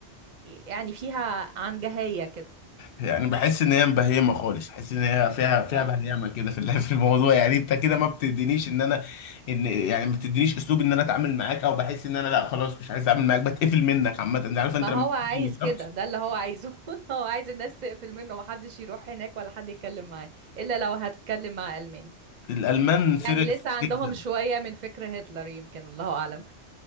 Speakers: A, on the right; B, on the left.
A: يعني فيها عنجهية كده
B: يعني بحس ان هي مبهيمه خالص بحس ان هي فيها فيها
A: اه
B: بهيمه كده في ال- في الموضوع يعني انت كده ما بتدينيش ان انا ان يعني ما بتدينيش اسلوب ان انا اتعامل معاك او بحس ان انا لا خلاص مش عايز اتعامل معاك بتقفل منك عامه انت عارف
A: ما
B: انت لما
A: هو
B: بتقفل
A: عايز
B: من
A: كده
B: شخص
A: ده اللي هو عايزه <laughs> هو عايز الناس تقفل منه ومحدش يروح هناك ولا حد يتكلم معاه الا لو هتتكلم مع ألماني
B: الالمان سيريس
A: يعني لسه عندهم
B: جدا
A: شوية من فكر هتلر يمكن الله اعلم